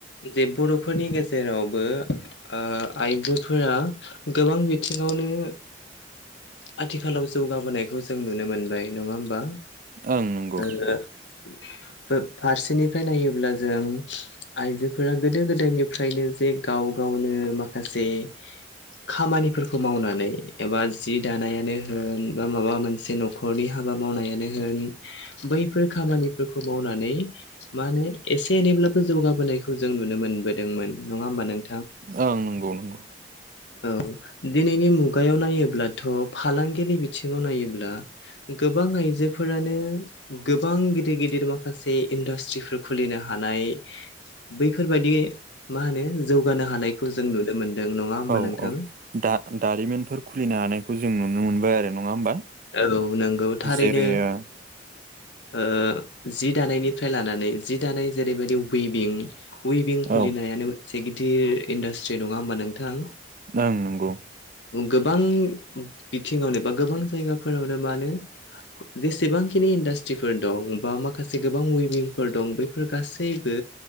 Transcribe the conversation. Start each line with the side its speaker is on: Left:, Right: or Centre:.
Left: जे बर'फोरनि गेजेराव बो आ आइजोफोरा गोबां बिथिङावनो आथिखालाव जौगाबोनायखौ जों नुनो मोनबाय नङा होमबा?
Right: ओं नंगौ
Left: आरो फारसेनिफ्राय नायोब्ला जों आइजोफोरा गोदो गोदायनिफ्रायनो जे गाव गावनो माखासे खामानिफोरखौ मावनानै एबा जि दानायानो होन बा माबा मोनसे न'ख खरनि हाबा मावनायानो होन बैफोर खामानिफोरखौ मावनानै मा होनो एसे एनैब्लाबो जौगाबोनायखौ जों नुनो मोनबोदोंमोन नङा होमबा नों
Right: ओं नंगौ नंगौ
Left: औ दिनैनि मुगायाव नायोब्लाथ' फालांगिनि बिथिङाव नायोब्ला गोबां आइजोफोरानो गोबां गिदिर गिदिर माखासे इन्डास्ट्रिफोर खुलिनो हानाय बैफोरबायदि मा होनो जौगानो हानायखौ जों नुनो मोनदों नङा होमबा
Right: औ
Left: नोंथां?
Right: औ दा दारिमिनफोर खुलिनो हानायखौ जों नुनो मोनबाय आरो नङा होमबा।
Left: औ नंगौ थारैनो
Right: जेरै ओ
Left: ओ जि दानायनि फ्राय लानानै जि दानाय जेरैबायदि उइभिं उइभिं
Right: औ
Left: खुलिनाय
Right: ओं
Left: मोन‌ से गिदिर इन्डास्ट्रि नङा होमबा नोंथां?
Right: ओं नंगौ
Left: गोबां बिथिङावनो बा गोबां जायगाफोरावनो मानो जेसेबांखिनि इन्डास्ट्रिफोर दं बा माखासे गोबां उइभिंफोर दं बैफोर गासैबो